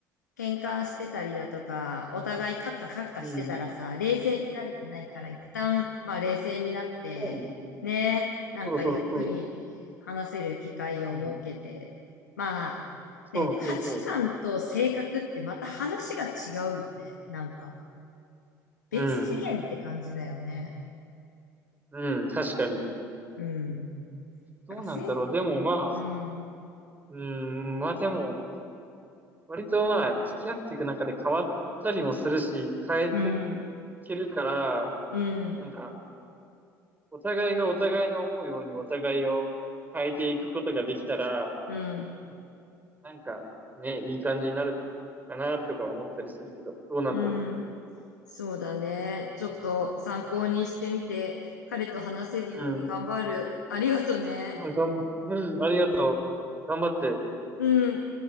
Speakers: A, on the left (about 85°); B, on the right (about 20°).
A: 喧嘩してたりだとか、お互いカッカカッカしてたらさ、
B: うん。
A: 冷静になれてないから、一旦、まあ冷静になって、
B: そう。
A: ね、なんかゆっくり話せる機会を設けて、
B: そうそうそう。うん。
A: まあ、
B: そうそうそう。
A: でも価値観と性格ってまた話が違うよね。なんか、別次元って感じだよね。
B: うん。うん。確かに。
A: うん。
B: どうなんだろう。
A: なんか、せ、
B: でもまあ、
A: うん、
B: うん。まあでも、割とまあ、付き合っていく中で変わったりもするし、変えてい
A: うん、
B: けるから、
A: うん、
B: なんか、お互いがお互いの思うようにお互いを変えていくことができたら、
A: うん。
B: なんか、ね、いい感じになるかなとか思ったりするけど、どうなんだろ
A: うん。そうだね。ちょっと参考にしてみて、彼と話せるように頑張る。
B: う。うん。
A: ありがとね。
B: まあ、がん、うん。ありがとう。頑張って。
A: うん。